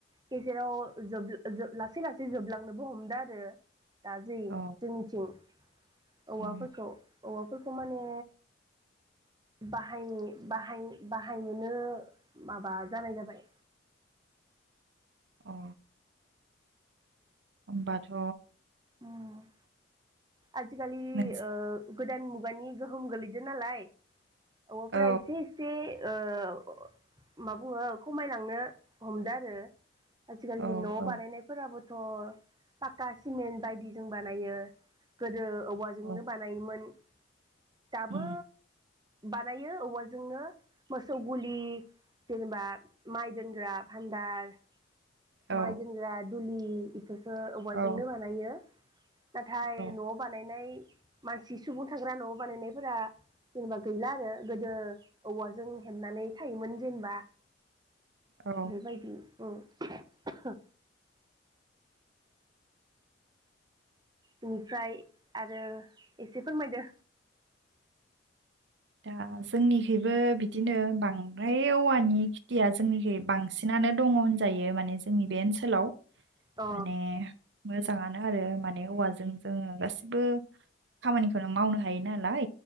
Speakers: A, on the right; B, on the right.
A: गेजेराव लासै लासै जोबलांनोबो हमदों आरो दाजै
B: औ
A: जोंनिथिं औवाफोरखौ
B: औ
A: औवाफोरखौ माने बाहाय बाहाय बाहायनोनो माबा जानाय जाबाय
B: औ होनोमबाथ'
A: अम आजिखालि
B: नोंस
A: गोदान मुगानि गोहोम गोलैदों नालाय औवाफोरा
B: औ
A: एसे एसे ओ मा बुङो खमायलांनो हमदो आरो आजिखालि
B: औ
A: न'
B: औ
A: बानायनायफोराबो थ' पाका सिमेन्ट बायदि जों बानायो गोदो औवाजोंनो
B: औ
A: बानायोमोन दाबो
B: उम
A: बानायो औवाजोंनो मोसौ गुलि जेनेबा माइ दोनग्रा भान्दार
B: औ
A: माइ दोनग्रा दुलि बेखौ औवाजोंनो
B: औ
A: बानायो। नाथाय
B: औ
A: न'आव बानायनाय मानसि सुबुं थाग्रा न' बानायनायफोरा जेनेबा गैला आरो गोदो औवाजों हेबनानै थायोमोन जेनेबा
B: औ
A: बेबायदि औ <unintelligible> बेनिफ्राय आरो एसे फोरमायदो
B: दा जोंनिखैबो बिदिनो बांद्राय औवानि खेथिया जोंनिखै बांसिनानो दङ होनजायो माने जोंनि बे ओनसोलाव
A: अ
B: माने मोजाङानो आरो माने औवाजों जोङो गासिबो खामानिखौनो मावनो हायो नालाय